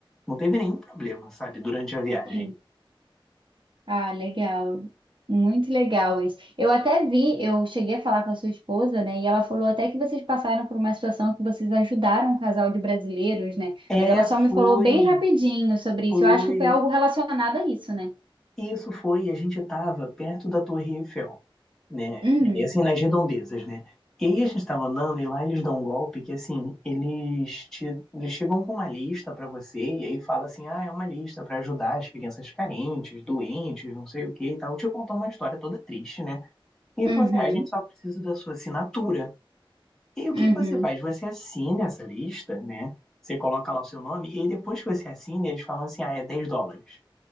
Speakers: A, in the centre; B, on the right (about 65°).
A: não teve nenhum problema, sabe, durante a viagem.
B: Sim. Ah, legal. Muito legal isso. Eu até vi, eu cheguei a falar com a sua esposa, né? E ela falou até que vocês passaram por uma situação que vocês ajudaram um casal de brasileiros, né?
A: É,
B: Mas ela só me
A: foi,
B: falou bem rapidinho sobre
A: foi.
B: isso. Eu acho que foi algo relacionado a isso, né?
A: Isso foi, a gente estava perto da Torre Eiffel, né?
B: Hum,
A: E assim, nas redondezas, né? E aí a gente estava andando e lá eles dão um golpe que, assim, eles, te, eles chegam com uma lista para você e aí fala assim, ah, é uma lista para ajudar as crianças carentes, doentes, não sei o que e tal. Te contou uma história toda triste, né? E ele
B: uhum,
A: falou assim, ah, a gente só precisa da sua assinatura. E aí, o que
B: uhum,
A: que você faz? Você assina essa lista, né? Você coloca lá o seu nome e aí depois que você assina, eles falam assim, ah, é 10 dólares